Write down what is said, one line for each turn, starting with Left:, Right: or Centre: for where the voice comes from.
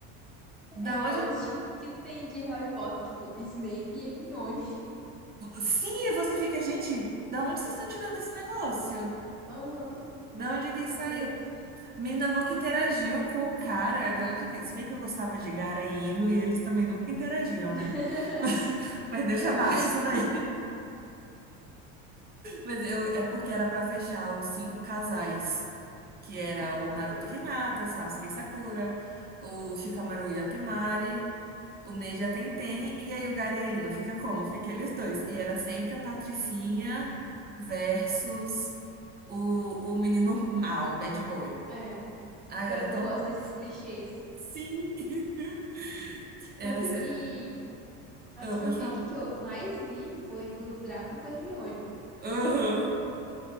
Right: Da
Centre: É igual
Right: onde?
Centre: os chip que tem de Harry Potter, tipo, Snape e Hermione. <laughs>
Right: Sim, e você fica, gente, da onde vocês estão tirando esse negócio?
Centre: Aham.
Right: Da onde que saiu?
Centre: É.
Right: A menina nunca interagiu com o cara. Da onde que... Se bem que eu gostava de Gara e Ino, e eles também nunca interagiram,
Centre: <laughs>
Right: né? <laughs> Mas, mas deixa
Centre: Pior.
Right: abaixo isso daí. Mas eu, é porque era pra fechar os cinco casais, que era
Centre: Uhum.
Right: o Naruto e Hinata, Sasuke e Sakura, o Shikamaru e Atemari, o Neji e a Tenten, e aí o Gaara e a Ino. Fica como? Fica aqueles dois. E era sempre a Patricinha versus o, o menino mal, bad boy.
Centre: É.
Right: Ai,
Centre: Pior
Right: era
Centre: que
Right: tão
Centre: eu gosto
Right: bom.
Centre: desses clichês.
Right: Sim! <laughs> Era
Centre: Tanto
Right: ser...
Centre: que as
Right: Ah,
Centre: fanfic
Right: pode falar.
Centre: que eu mais li foi do Draco com a Hermione.
Right: Aham.